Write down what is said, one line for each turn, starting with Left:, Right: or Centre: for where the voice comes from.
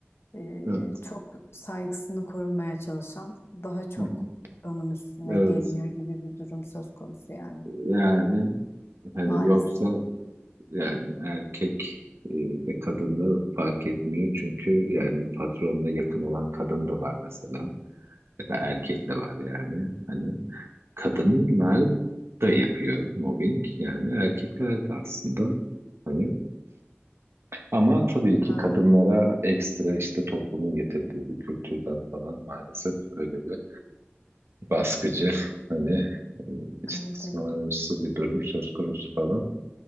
Left: e,
Right: Evet.
Left: çok saygısını korumaya çalışan daha çok
Right: Hı hı.
Left: onun üstüne
Right: Evet.
Left: geliniyor gibi bir durum söz konusu yani.
Right: Yani hani
Left: Maalesef
Right: yoksa yani erkek e, de kadında fark etmiyor. Çünkü yani patronla yakın olan kadın da var mesela. Ya da erkek de var yani. Hani kadınlar da yapıyor mobbing. Yani erkekler de aslında. Hani Ama tabii ki
Left: öyle.
Right: kadınlara ekstra işte toplumun getirdiği bir kültürden falan maalesef öyle bir baskıcı hani e, istismarımsı
Left: Evet evet.
Right: bir durum söz konusu falan.